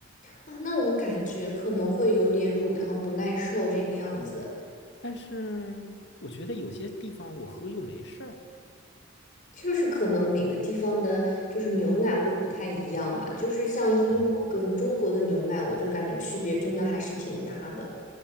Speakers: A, on the left (about 40°); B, on the left (about 60°).
A: 啊，那我感觉可能会有点乳糖不耐受这个样子，
B: 但是我觉得有些地方我喝又没事儿。
A: 就是可能每个地方的，就是牛奶会不太一样嘛，就是像英国跟中国的牛奶，
B: 嗯，
A: 我就感觉区别真的还是挺大的。